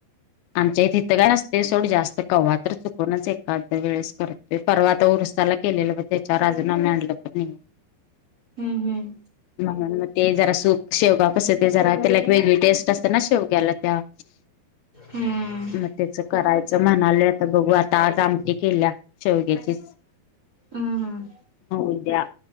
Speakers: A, on the left; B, on the right.
A: आमच्या इथ इथं काय नसतय सोड जास्त कव्हा तर चुकूनच एखा्दया वेळेस करतोय परवा आता उर साला केलेलं ब त्याच्या वर आम्ही आणलं पण नाही.
B: हम्म हम्म.
A: म्हणून म ते जरा सूप शेवगा कस ते जरा त्याला एक वेगळी टेस्ट असते ना शेवग्याला त्या
B: हम्म
A: म त्याच करायचं म्हणाले आता बघू आता आज आमटी केल्या शेवग्याची चीच.
B: हम्म हम्म
A: उद्या